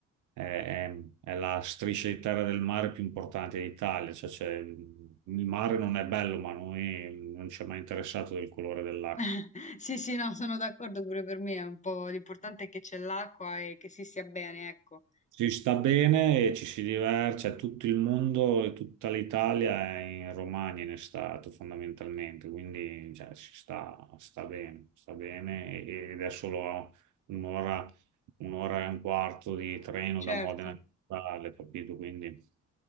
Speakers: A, on the right (about 80°); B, on the left (about 25°).
A: è- è- è la striscia di terra del mare più importante d'Italia, cioè c'è- il mare non è bello, ma a noi non ci è mai interessato del colore dell'acqua.
B: <laughs> Sì, sì, no, sono d'accordo pure per me, è un po' l'importante è che c'è l'acqua e che si stia bene, ecco.
A: Ci sta bene e ci si diverte, cioè tutto il mondo e tutta l'Italia è in Romagna in estate fondamentalmente, quindi cioè, si sta, sta bene, sta bene e- ed è solo un'ora, un'ora e un quarto di treno
B: certo
A: da Modena a Natale, capito? Quindi